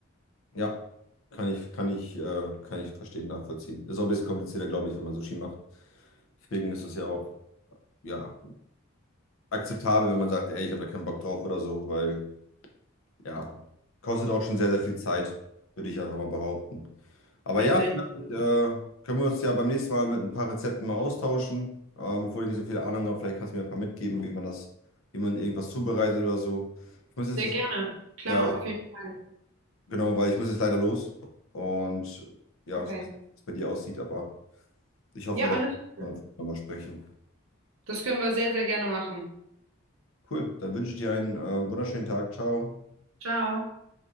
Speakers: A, on the left; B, on the right.
A: Ja, kann ich, kann ich, äh, kann ich verstehen, nachvollziehen. Ist auch ein bisschen komplizierter, glaube ich, wenn man Sushi macht. Deswegen ist es ja auch, ja, akzeptabel, wenn man sagt, ey, ich habe da keinen Bock drauf oder so, weil, ja, kostet auch schon sehr, sehr viel Zeit, würde ich einfach mal behaupten. Aber
B: richtig.
A: ja, vielleicht äh, können wir uns ja beim nächsten Mal mit ein paar Rezepten mal austauschen, ähm, obwohl ich nicht so viel Ahnung habe. Vielleicht kannst du mir ein paar mitgeben, wie man das, wie man irgendwas zubereitet oder so. Ich muss jetzt,
B: Sehr gerne. Klar,
A: ja,
B: auf jeden Fall.
A: Genau, weil ich muss jetzt leider los. Und ja,
B: Okay.
A: ich weiß nicht, wie es bei dir aussieht, aber ich hoffe,
B: Ja,
A: dass
B: alles Gute.
A: wir nochmal sprechen.
B: Das können wir sehr, sehr gerne machen.
A: Cool, dann wünsche ich dir einen äh, wunderschönen Tag. Ciao.
B: Ciao.